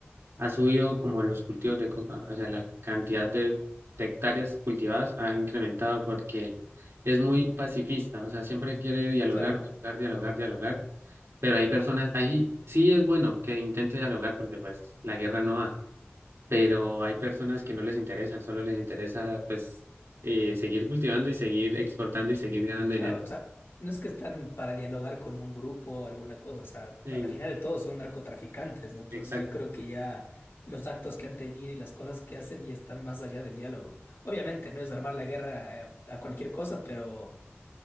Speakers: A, on the right; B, on the left.
A: ha subido como los cultivos de coca. O sea, la cantidad de, de hectáreas cultivadas ha incrementado porque es muy pacifista. O sea, siempre quiere dialogar,
B: Claro.
A: dialogar, dialogar, dialogar. Pero hay personas, ahí sí es bueno que intente dialogar porque pues la guerra no va. Pero hay personas que no les interesa, solo les interesa pues eh, seguir cultivando y seguir exportando y seguir ganando
B: Claro,
A: dinero.
B: o sea, no es que están para dialogar con un grupo o alguna cosa, o sea,
A: Sí,
B: a la final de todo son narcotraficantes, ¿no? Entonces
A: exacto.
B: yo creo que ya los actos que han tenido y las cosas que hacen ya están más allá del diálogo. Obviamente no es armar la guerra eh, a cualquier cosa, pero